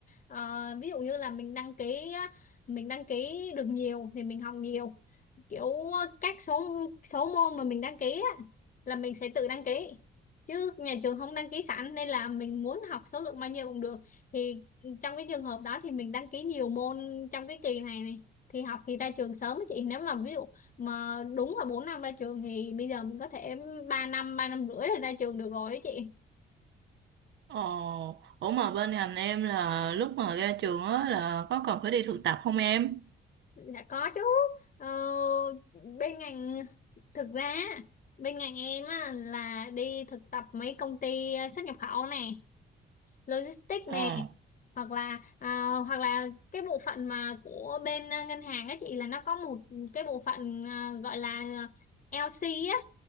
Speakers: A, on the left; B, on the right.
A: ờ, ví dụ như là mình đăng ký á, mình đăng ký được nhiều thì mình học nhiều kiểu các số số môn mà mình đăng ký á là mình sẽ tự đăng ký chứ nhà trường không đăng ký sẵn nên là mình muốn học số lượng bao nhiêu cũng được thì trong cái trường hợp đó thì mình đăng ký nhiều môn trong cái kỳ này này thì học thì ra trường sớm á chị nếu mà ví dụ mà đúng là 4 năm ra trường thì bây giờ mình có thể 3 năm 3 năm rưỡi là ra trường được rồi ấy chị
B: Ồ, ủa mà bên ngành em là lúc mà ra trường á là có còn phải đi thực tập không em?
A: dạ có chứ ờ, bên ngành thực ra bên ngành em á, là đi thực tập mấy công ty xuất nhập khẩu nè logistics
B: Ờ.
A: này hoặc là à, hoặc là cái bộ phận mà của bên à, ngân hàng á chị là nó có một cái bộ phận à, gọi là LC á